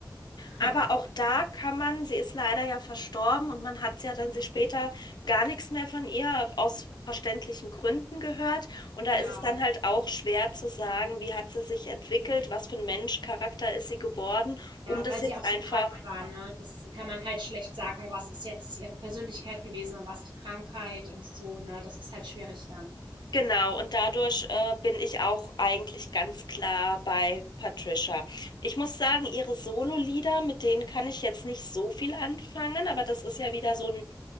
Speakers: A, on the right; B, on the left.
A: <laughs>
B: Aber auch da kann man, sie ist leider ja verstorben und man hat ja dann
A: Mhm.
B: sie später gar nichts mehr von ihr aus verständlichen Gründen gehört. Und da ist
A: Ja,
B: es dann halt auch schwer zu sagen, wie hat sie sich entwickelt, was für ein Mensch, Charakter ist sie geworden, um
A: ja,
B: das
A: weil
B: jetzt
A: sie auch so
B: einfach,
A: krank war, ne? Das kann man halt schlecht sagen, was ist jetzt ihre Persönlichkeit gewesen und was die Krankheit und so, ne? Das ist halt schwierig dann.
B: genau. Und dadurch äh, bin ich auch eigentlich ganz klar bei Patricia. Ich muss sagen, ihre Solo-Lieder, mit denen kann ich jetzt nicht so viel anfangen, aber das ist ja wieder so ein